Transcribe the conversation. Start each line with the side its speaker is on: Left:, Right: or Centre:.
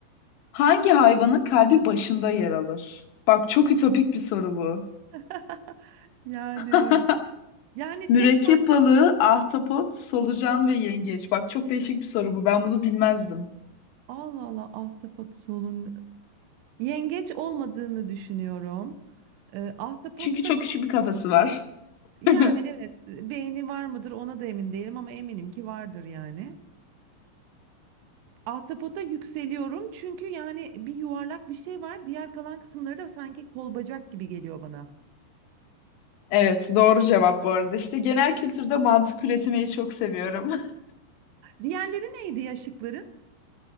Left: Hangi hayvanın kalbi başında yer alır? Bak çok ütopik bir soru bu.
Right: <laughs> Yani
Left: <laughs>
Right: yani
Left: Mürekkep
Right: tek parça
Left: balığı, ahtapot, solucan ve yengeç. Bak çok değişik bir soru bu. Ben bunu bilmezdim.
Right: Allah Allah ahtapot solun yengeç olmadığını düşünüyorum. E, ahtapotta
Left: Çünkü çok küçük bir kafası var.
Right: Yani
Left: <laughs>
Right: evet beğeni var mıdır ona da emin değilim ama eminim ki vardır yani. Ahtapota yükseliyorum çünkü yani bir yuvarlak bir şey var. Diğer kalan kısımları da sanki kol bacak gibi geliyor bana.
Left: Evet, doğru cevap bu arada. İşte genel kültürde mantık üretmeyi çok seviyorum.
Right: Diğerleri neydi ya şıkların?